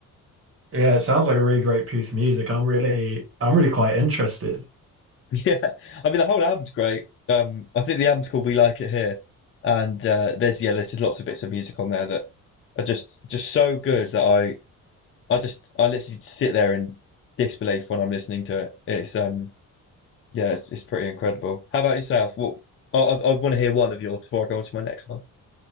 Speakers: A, on the right; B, on the left.
A: Yeah, it sounds like a really great piece of music. I'm really I'm really quite interested.
B: <laughs> Yeah, I mean the whole album's great. Um, I think the album's called "We Like It Here," and uh, there's yeah, there's just lots of bits of music on there that are just just so good that I I just I literally sit there in disbelief when I'm listening to it. It's um yeah, it's, it's pretty incredible. How about yourself? What I I, I want to hear one of yours before I go on to my next one.